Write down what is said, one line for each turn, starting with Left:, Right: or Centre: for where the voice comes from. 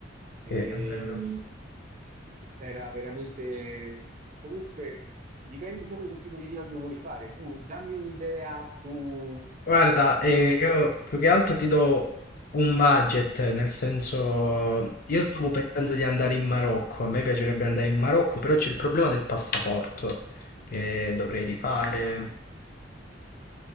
Right: E,
Left: Sì, è vero.
Right: era veramente... Comunque dipende pure che tipo di viaggio vuoi fare. Tu dammi un'idea su...
Left: Guarda,
Right: su...
Left: eh, io più che altro ti do un budget, nel senso, io stavo pensando di andare in Marocco, a me piacerebbe andare in Marocco, però c'è il problema del passaporto che dovrei rifare,